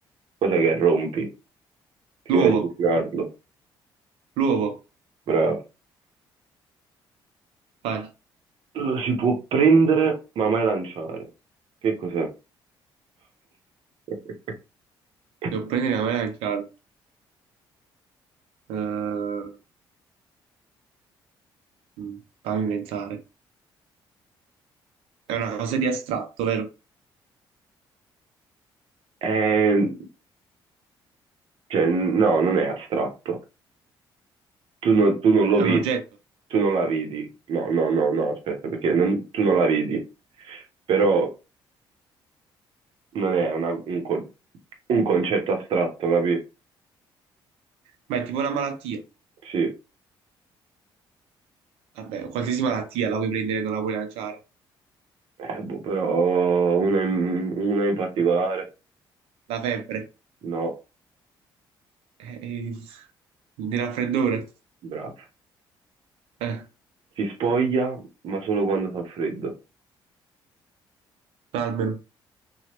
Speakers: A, on the right; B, on the right.
A: Cos'è che rompi prima
B: L'uovo,
A: di cucinarlo?
B: l'uovo.
A: Bravo.
B: Vai,
A: Lo si può prendere ma mai lanciare. Che cos'è? <laughs>
B: devo prendere la mangiare. Eh, mm, fammi pensare. È una cosa di astratto, vero?
A: Eh, Cioè, n- no, non è astratto. Tu non, tu non lo
B: È
A: vedi,
B: un oggetto,
A: tu non la vedi. No, no, no, no, aspetta, perché non- tu non la vedi. Però non è una- un, co- un concetto astratto, capi?
B: ma è tipo una malattia.
A: Sì,
B: Vabbè, qualsiasi malattia la puoi prendere e non la puoi lanciare.
A: Eh, boh, però una in, una in particolare,
B: La febbre,
A: no,
B: eh, il il raffreddore,
A: bravo.
B: eh,
A: Si spoglia, ma solo quando fa freddo.
B: l'albero.